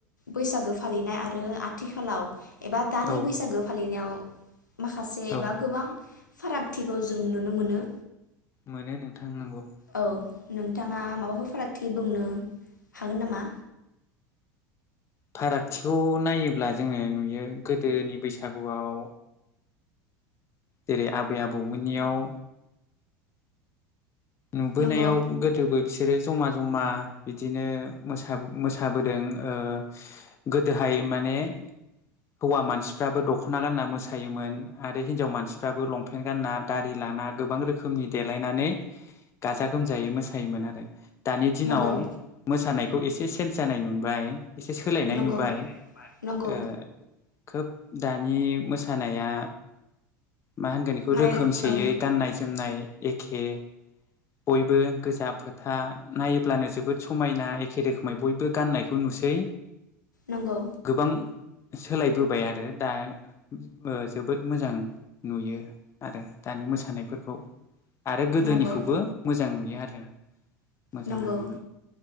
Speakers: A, on the left; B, on the left.
A: बैसागो फालिनाय आरो आथिखालाव एबा दानि
B: औ
A: बैसागो फालिनायाव माखासे
B: औ
A: बा गोबां फारागथिखौ जों नुनो मोनो
B: मोनो नोंथां नंगौ
A: औ नोंथाङा
B: सैथो।
A: माबाफोर फाराग थि बुंनो हागोन नामा?
B: फारागथिखौ नायोब्ला जोङो नुयो गोदोनि बैसागुआव जेरै आबै-आबौमोननियाव नुबोनायाव
A: नंगौ
B: गोदोबो बिसोरो ज'मा ज'मा बिदिनो मोसा-मोसाबोदों ओ गोदोहाय माने हौवा मानसिफ्राबो दख'ना गानना मोसायोमोन आरो हिनजाव मानसिफ्राबो लंपेन्ट गानना दारि लाना गोबां रोखोमनि देलायनानै गाजा गोमजायै मोसायोमोन आरो दानि दिनाव
A: नंगौ
B: मोसानायखौ एसे चेन्ज जानाय नुबाय। एसे सोलायनाय
A: नंगौ
B: नुबाय
A: नंगौ
B: ओ खोब दानि मोसानाया मा होनगोन एखौ
A: माने
B: रोखोमसेयै
A: औ
B: गाननाय-जोमनाय एखे बयबो गोजा फोथा नायोब्लानो जोबोद समायना एखे रोखोमै बयबो गाननायखौ नुसै
A: नंगौ
B: गोबां सोलायबोबाय आरो दा ओ जोबोद मोजां नुयो आरो दानि मोसानायफोरखौ। आरो गोदोनिखौबो
A: नंगौ
B: मोजां नुयो आरो। मोजाङानोमोन
A: नंगौ